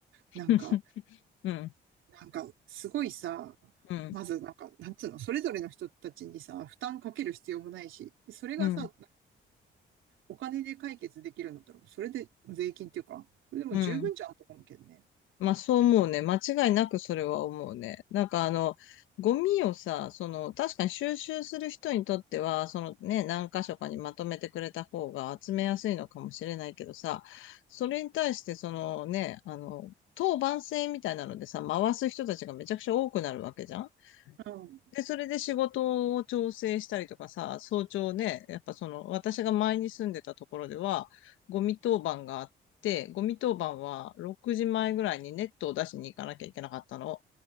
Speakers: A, on the left (about 80°); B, on the right (about 80°).
A: <laughs>
B: なんか、
A: うん、
B: なんかすごいさ、
A: うん、
B: まずなんか、なんつうの、それぞれの人たちにさ、負担かける必要もないし、で、それがさ、
A: うん、
B: お金で解決できるんだったら、それで税金っていうか、それでも十分じゃんと思うけどね。
A: うん、まあそう思うね。間違いなくそれは思うね。なんかあの、ゴミをさ、その、確かに収集する人にとっては、そのね、何箇所かにまとめてくれた方が集めやすいのかもしれないけどさ、それに対してそのね、あの、当番制みたいなのでさ、回す人たちがめちゃくちゃ多くなるわけじゃん
B: うん、
A: で、それで仕事を調整したりとかさ、早朝ね、やっぱその、私が前に住んでたところでは、ゴミ当番があって、ゴミ当番は6時前ぐらいにネットを出しに行かなきゃいけなかったの。